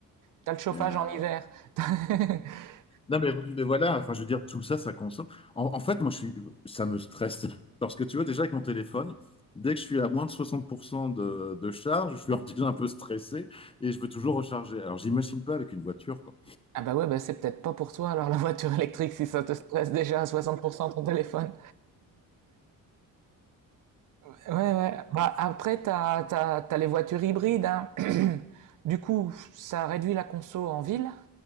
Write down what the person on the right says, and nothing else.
t'as le chauffage
en hiver. <laughs>
Ah bah ouais, bah c'est peut-être pas pour toi alors la voiture électrique si ça te stresse déjà à 60% ton téléphone. Ouais, ouais. Bah après, t'as, t'as, t'as les voitures hybrides, hein. <clears throat> Du coup, ça réduit la conso en ville,